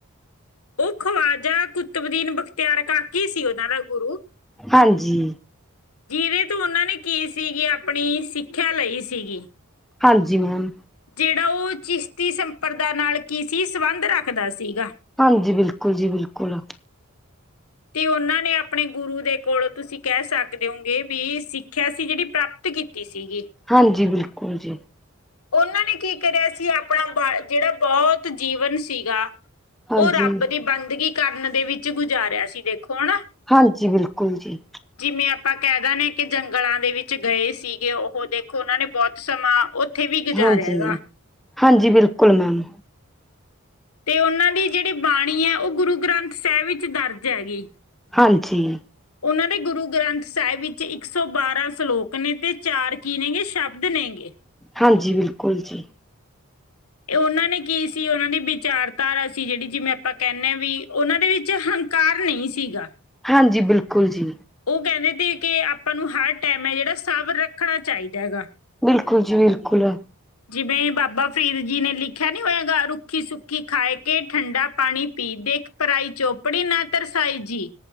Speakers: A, on the left; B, in the centre.
A: ਓ ਖਵਾਜਾ ਕੁਤਬਦੀਨ ਬਖਤਿਆਰ ਕਰ ਕੀ ਸੀ ਓਨਾਂ ਦਾ ਗੁਰੂ?
B: ਹਾਂਜੀ,
A: ਜਿਦੇ ਤੋਂ ਓਨਾਂ ਨੇ ਕੇ ਸੀਗੀ ਆਪਣੀ ਸਿੱਖਿਆ ਲਈ ਸੀਗੀ।
B: ਹਾਂਜੀ, ਮੈਮ।
A: ਜੇੜਾ ਓ ਚਿਸਤੀ ਸੰਪਰਦਾ ਨਾਲ ਕੀ ਸੀ ਸੰਬੰਧ ਰੱਖਦਾ ਸੀਗਾ।
B: ਹਾਂਜੀ ਬਿਲਕੁਲ ਜੀ ਬਿਲਕੁਲ
A: ਤੇ ਉਹਨਾਂ ਨੇ ਆਪਣੇ ਗੁਰੂ ਦੇ ਕੋਲ ਤੁਸੀਂ ਕਹਿ ਸਕਦੇ ਹੋਗੇ ਵੀ ਸਿੱ ਸਿੱਖਿਆ ਅਸੀਂ ਜਿਹੜੀ ਪ੍ਰਾਪਤ ਕੀਤੀ ਸੀਗੀ। <unintelligible>
B: ਹਾਂਜੀ ਬਿਲਕੁਲ ਜੀ।
A: ਉਹਨਾਂ ਨੇ ਕੀ ਕਰਿਆ ਸੀ ਆਪਣਾ ਜਿਹੜਾ ਬਹੁਤ ਜੀਵਨ ਸੀਗਾ।
B: ਹਾਂਜੀ।
A: ਉਹ ਰੱਬ ਦੀ ਬੰਦਗੀ ਕਰਨ ਦੇ ਵਿੱਚ ਗੁਜ਼ਾਰਿਆ ਸੀ ਦੇਖੋ ਹਨਾ।
B: ਹਾਂਜੀ ਬਿਲਕੁਲ ਜੀ।
A: ਜਿਮੇ ਆਪਾਂ ਕਹਿ ਦਿੰਨੇ ਆਂ ਕਿ ਜੰਗਲਾਂ ਦੇ ਵਿੱਚ ਗਏ ਸੀਗੇ ਉਹ ਦੇਖੋ ਉਹਨਾਂ ਨੇ ਬਹੁਤ ਸਮਾਂ। ਉੱਥੇ ਵੀ ਗੁਜ਼ਾਰਿਆ
B: ਹਾਂਜੀ
A: ਹੈਗਾ
B: ਹਾਂਜੀ ਬਿਲਕੁਲ ਮੈਮ।
A: ਤੇ ਉਹਨਾਂ ਦੀ ਜਿਹੜੀ ਬਾਣੀ ਹੈ ਉਹ ਗੁਰੂ ਗ੍ਰੰਥ ਸਾਹਿਬ ਵਿੱਚ ਦਰਜ ਹੈਗੀ।
B: ਹਾਂਜੀ।
A: ਉਹਨਾਂ ਦੇ ਗੁਰੂ ਗ੍ਰੰਥ ਸਾਹਿਬ ਵਿੱਚ ਇੱਕ ਸੌ ਬਾਰਾਂ ਸਲੋਕ ਨੇ ਤੇ ਚਾਰ ਕੀ ਨੇ ਗਏ ਸ਼ਬ। ਸ਼ਬਦ ਨੇ ਗੇ।
B: ਹਾਂਜੀ ਬਿਲਕੁਲ ਜੀ।
A: ਉਹਨਾਂ ਨੇ ਕੀ ਸੀ ਉਹਨਾਂ ਦੀ ਵਿਚਾਰਧਾਰਾ ਸੀ ਜਿਹੜੀ ਜਿਵੇਂ ਆਪਾਂ ਕਹਿੰਨੇ ਆ ਵੀ ਉਹਨਾਂ ਦੇ ਵਿੱਚ ਹਨਕ। ਹੰਕਾਰ ਨਹੀਂ ਸੀਗਾ।
B: ਹਾਂਜੀ ਬਿਲਕੁਲ ਜੀ।
A: ਉਹ ਕਹਿੰਦੇ ਤੇ ਕਿ ਆਪਾਂ ਨੂੰ ਹਰ ਟਾਈਮ ਹੈ ਜਿਹੜਾ ਸਬਰ ਰੱਖਣਾ ਚਾਹੀਦਾ ਹੈਗਾ।
B: ਬਿਲਕੁਲ ਜੀ ਬਿਲਕੁਲ।
A: ਜਿਵੇਂ ਬਾਬਾ ਫਰੀਦ ਜੀ ਨੇ ਲਿਖਿਆ ਨੀ ਹੋਇਆ ਗਾ ਰੁੱਖੀ ਸੁੱਖੀ ਖਾਏ ਕੇ ਠੰਡਾ ਪਾਣੀ ਪੀ ਦੇਖ। ਪਰਾਈ ਚੋਪੜੀ ਨਾ ਤਰਸਾਈ ਜੀ।